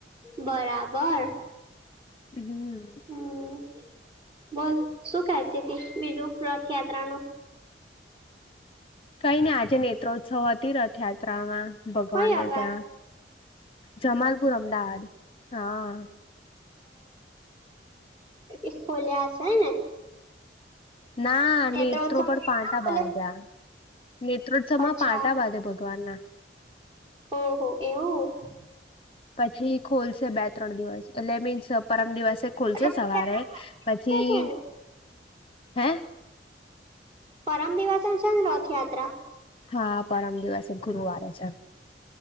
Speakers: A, on the right (about 30°); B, on the left (about 30°).
A: બરાબર.
B: હમ.
A: હમ, બોલ શું કહેતી હતી બીજું રથયાત્રા નું?
B: કઈ ને આજે નેત્રોત્સવ હતી રથયાત્રામાં. ભગવાનને,
A: કઈ આગળ
B: ત્યાં જમાલપુર અમદાવાદ હા.
A: અશલિયાશે હને <unintelligible>
B: ના નેત્રો
A: ત્રણ
B: પર પાંટા
A: ખોલે
B: બાંધ્યા. નેત્રોત્સવ
A: અચ્છા
B: માં પાટા બાંધે ભગવાન ના.
A: ઓહો એવું.
B: પછી ખોલશે બે ત્રણ દિવસ એટલે મીન્સ પરમ દિવસે ખુલશે
A: રથયાત્રા
B: સવારે, પછી
A: છે ને
B: હે?
A: પરમ દિવસ છે ને રથયાત્રા?
B: હા પરમ દિવસ એ ગુરુવારે છે.